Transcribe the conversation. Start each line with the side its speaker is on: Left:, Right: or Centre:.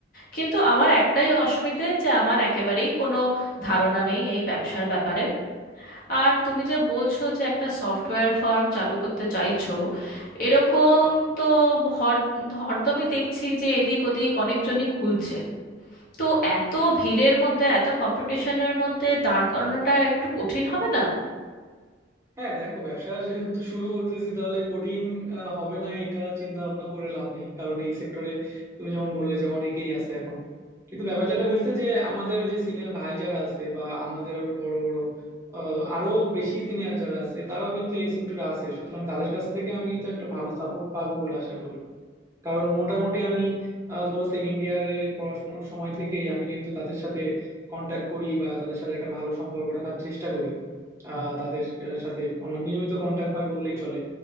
Left: কিন্তু আমার একটাই অসুবিধে যে আমার একেবারেই কোনো ধারণা নেই এই ব্যবসার ব্যাপারে আর তুমি যে বলছো যে একটা সফটওয়্যার ফার্ম চালু করতে চাইছো এরকম তো হর হরদমই দেখছি যে এদিক ওদিক অনেকজনই খুলছে তো এত ভিড়ের মধ্যে এত কম্পিটিশনের মধ্যে দাঁড় করানোটা একটু কঠিন হবে না
Right: হ্যাঁ দেখো ব্যবসা যেহেতু শুরু করতেছি তাহলে কঠিন আহ, হবে না এটা চিন্তা ভাবনা করে লাভ নেই কারণ এই সেক্টরে তুমি যেমন বললে যে অনেকেই আছে এখন কিন্তু ব্যাপার যেটা হয়েছে যে আমাদের ওই যে সিনিয়র ভাই যারা আছে বা আমাদের আরো বড় বড় আহ, আরো বেশি সিনিয়র যারা আছে তারাও কিন্তু এই সেক্টরে আছে সুতরাং তাদের কাছ থেকে আমি কিন্তু একটা ভালো সাপোর্ট পাবো বলে আশা করি কারণ মোটামুটি আমি আহ, ধরো সেকেন্ড ইয়ারের পড়াশোনার সময় থেকেই আমি কিন্তু তাদের সাথে কন্ট্যাক্ট করি বা তাদের সাথে একটা ভালো সম্পর্ক রাখার চেষ্টা করি আহ, তাদের আহ, সাথে আমার নিয়মিত কন্ট্যাক্ট হয় বললেই চলে